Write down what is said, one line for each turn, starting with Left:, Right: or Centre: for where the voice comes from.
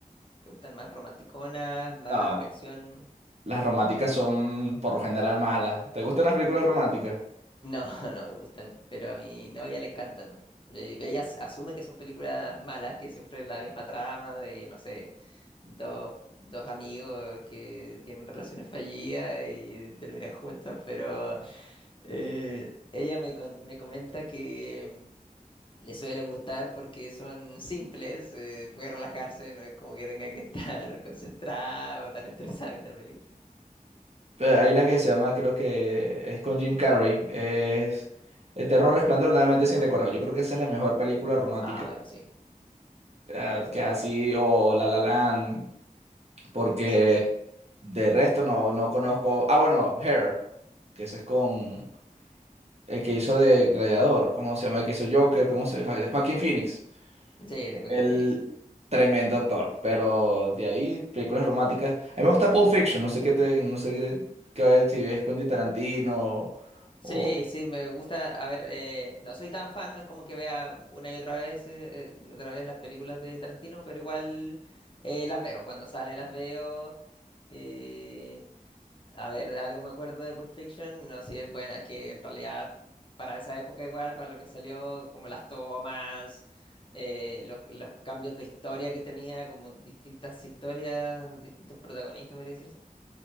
Left: ¿Te gustan más romanticonas, más
Right: No, no.
Left: de acción?
Right: Las románticas son por lo general malas. ¿Te gustan las películas románticas?
Left: No, <laughs> no me gustan, pero a mi novia le encantan. Eh, Ella as- asume que son películas malas, que siempre es la misma trama de, no sé, dos, dos amigos que tienen relaciones fallidas y terminan juntos, pero eh, ella me, con- me comenta que le suelen gustar porque son simples, eh, puede relajarse, no es como que tenga que estar <laughs> concentrado o tan estresado viendo la película.
Right: Eh, Hay una que se llama, creo que es con Jim Carrey. Es Eterno Resplandor, de una mente sin recuerdo. Yo creo que esa es la mejor película romántica
Left: Ah, bueno, sí,
Right: eh, que así, o La La Land, porque
Left: sí,
Right: de resto no, no conozco. Ah, bueno, Hair, que ese es con el que hizo de Gladiador. ¿Cómo se llama? El que hizo Joker, ¿cómo se llama? De Joaquin Phoenix.
Left: sí, de Joaquin
Right: El
Left: Phoenix.
Right: tremendo actor, pero de ahí películas románticas. A mí me gusta Pulp Fiction, no sé qué te, no sé qué, qué- si ves Quentin Tarantino
Left: Sí,
Right: o
Left: sí, me gusta, a ver, eh, no soy tan fan, no es como que vea una y otra vez, eh, eh, y otra vez las películas de Tarantino, pero igual eh, las veo, cuando salen las veo. eh, A ver, de algo me acuerdo de Pulp Fiction. No sí es buena, es que en realidad para esa época igual, para lo que salió, como las tomas, eh, los, los cambios de historia que tenía, como distintas historias, distintos protagonistas, podría decirse.